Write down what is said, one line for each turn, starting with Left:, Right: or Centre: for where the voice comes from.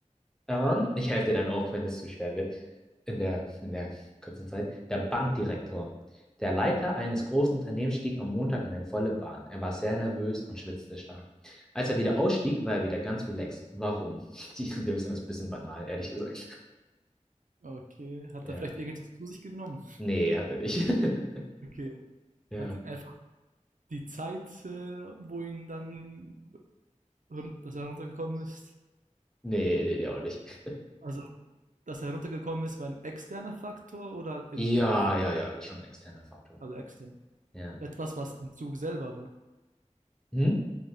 Centre: Ähm, ich helfe dir dann auch, wenn es zu schwer wird. In der, in der kurzen Zeit. Der Bankdirektor. Der Leiter eines großen Unternehmens stieg am Montag in eine volle Bahn. Er war sehr nervös und schwitzte stark. Als er wieder ausstieg, war er wieder ganz relaxed. Warum? <laughs> Die Lösung ist ein bisschen banal, ehrlich gesagt.
Right: okay. Hat
Centre: Ja.
Right: er vielleicht irgendetwas zu sich genommen?
Centre: Nee, hat er nicht. <laughs>
Right: Okay.
Centre: Ja.
Right: Hat ihn einfach die Zeit, äh, wo ihn dann run dass er runtergekommen ist
Centre: Nee, nee, der auch nicht. <laughs>
Right: also dass er runtergekommen ist, war ein externer Faktor oder intern?
Centre: Ja,
Right: von-
Centre: ja, ja, das ist schon ein externer Faktor.
Right: Also extern.
Centre: Ja.
Right: Etwas, was im Zug selber war.
Centre: Hm?